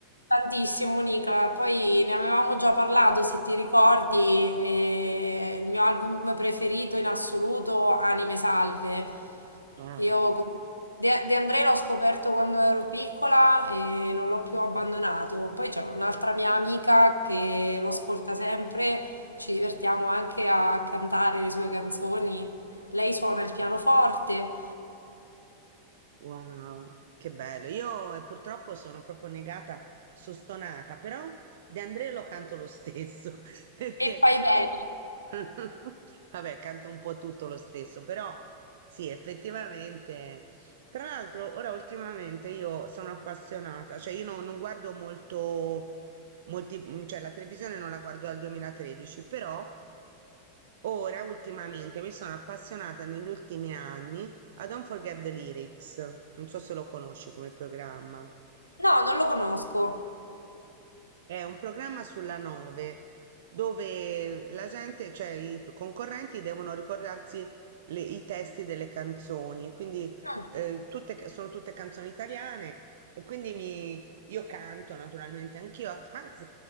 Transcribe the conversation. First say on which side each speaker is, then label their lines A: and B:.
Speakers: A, on the left (about 80°); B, on the right (about 55°).
A: Tantissimo, Monica. Poi ne avevamo già parlato, se ti ricordi, e il mio album preferito in assoluto, Anime Salve.
B: Ah,
A: Io con- De, De André l'ho scoperto quando ero piccola e non l'ho più abbandonato. Poi c'è un'altra mia amica che lo ascolta sempre, ci divertiamo anche a cantare le sue canzoni. Lei suona il pianoforte
B: wow, che bello. Io eh, purtroppo sono proprio negata, sono stonata, però De André lo canto lo stesso, <laughs> perché
A: e fai bene.
B: <laughs> vabbè, canto un po' tutto lo stesso, però sì, effettivamente. Tra l'altro, ora ultimamente io sono appassionata, cioè io no- non guardo molto, molti, mm, cioè la televisione non la guardo dal 2013, però ora ultimamente mi sono appassionata negli ultimi anni A Don't Forget the Lyrics, non so se lo conosci come programma,
A: No, non lo conosco.
B: è un programma sulla 9 dove la gente, cioè i p- concorrenti devono ricordarsi le- i testi delle canzoni, quindi
A: Mm.
B: eh, tutte ca- sono tutte canzoni italiane e quindi mi- io canto naturalmente anch'io a casa